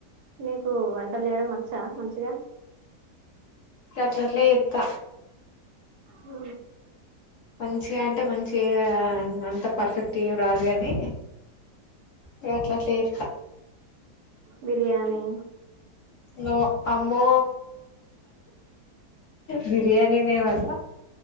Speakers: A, on the right; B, on the left.
A: నీకు వంటల్ చేయడం వచ్చా మంచిగా
B: అట్లట్ల చేత్త
A: ఆ
B: మంచిగా అంటే మంచిగా అంత పర్ఫెక్ట్ ఏం రాదు కాని ఇగ అట్లట్ల చేేత్త
A: బిర్యాని
B: నో ఆమ్మో బిర్యానీన్ మేమల్ల